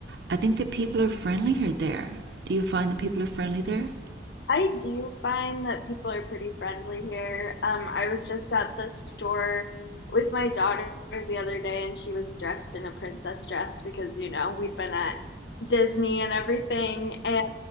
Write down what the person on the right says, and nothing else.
I think the people are friendlier there. Do you find the people are friendly there?